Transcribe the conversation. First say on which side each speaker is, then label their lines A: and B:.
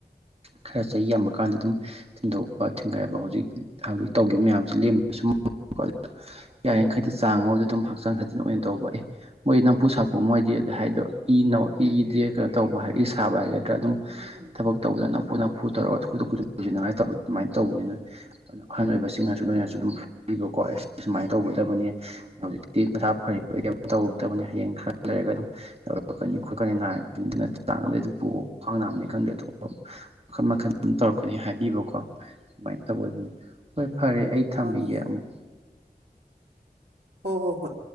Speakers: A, on the right; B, on the right.
A: ꯈꯔ ꯆꯍꯤ ꯌꯥꯝꯃꯀꯥꯟꯗ ꯑꯗꯨꯝ ꯊꯤꯟꯗꯣꯛꯄ ꯊꯤꯡꯒꯥꯏꯕ ꯍꯧꯖꯤꯛ ꯍꯧꯖꯤꯛ ꯇꯧꯒꯤꯕ ꯃꯌꯥꯝꯁꯤ ꯂꯦꯝꯅ ꯁꯨꯝ ꯍꯣꯏ ꯌꯥꯔꯤꯡꯈꯩꯗꯤ ꯆꯥꯡ ꯑꯃꯗꯤ ꯑꯗꯨꯝ ꯍꯛꯆꯥꯡ ꯁꯥꯖꯦꯟ ꯑꯣꯏꯅ ꯇꯧꯕ ꯑꯦ ꯃꯣꯏ ꯅꯝꯐꯨ ꯁꯥꯐꯨ ꯃꯣꯏꯗꯤ ꯑ ꯑꯗꯨ ꯍꯥꯏꯗꯣ ꯏ ꯅꯧ ꯏꯗꯦ ꯀꯩꯅꯣ ꯇꯧꯕ ꯍꯥꯏ ꯏ ꯁꯥꯕ ꯍꯥꯏꯒꯗ꯭ꯔꯥ ꯑꯗꯨꯝ ꯊꯕꯛ ꯇꯧꯕꯗ ꯅꯝꯐꯨ ꯅꯝꯐꯨ ꯇꯧꯔꯒ ꯈꯨꯗꯛ ꯗꯣꯡ ꯅꯤꯡꯉꯥꯏ ꯇꯧꯕꯅꯤ ꯑꯗꯨꯃꯥꯏꯅ ꯇꯧꯕꯅꯤꯅ ꯑꯗꯨ ꯑꯗꯨꯅ ꯑꯍꯜ ꯑꯣꯏꯕꯁꯤꯡꯅꯁꯨ ꯅꯣꯏꯅ ꯑꯗꯨꯝ ꯍꯥꯏꯕꯤꯕꯀꯣ ꯑꯩꯁ ꯁꯨꯃꯥꯏꯅ ꯇꯧꯒꯗꯕꯅꯤ ꯍꯧꯖꯤꯛꯇꯤ ꯅꯁꯥ ꯐꯔꯤꯕꯩ ꯀꯩꯝ ꯇꯧꯗꯕꯅꯤ ꯍꯌꯦꯡ ꯈꯔ ꯂꯩꯔꯒ ꯑꯗꯨꯝ ꯅꯥꯔꯛꯀꯅꯤ ꯈꯣꯠꯀꯅꯤ ꯅꯥꯔꯛꯅꯤ ꯆꯥꯡꯑꯝꯗ ꯑꯗꯨꯝ ꯄꯨꯑꯣ ꯈ꯭ꯋꯥꯡ ꯅꯥꯕꯅꯤ ꯈꯪꯗ꯭ꯔꯦ ꯑꯇꯣꯞꯄ ꯃꯈꯟ ꯃꯈꯟ ꯑꯗꯨꯝ ꯇꯧꯔꯛꯀꯅꯤ ꯍꯥꯏꯕꯤꯕꯀꯣ ꯑꯗꯨꯃꯥꯏꯅ ꯇꯧꯕ ꯑꯗꯨꯅꯤ ꯍꯣꯏ ꯐꯔꯦ ꯊꯝꯒꯤꯒꯦ
B: ꯃꯥꯅꯤ
A: ꯑꯃꯨꯛ
B: ꯍꯣ ꯍꯣ ꯍꯣꯏ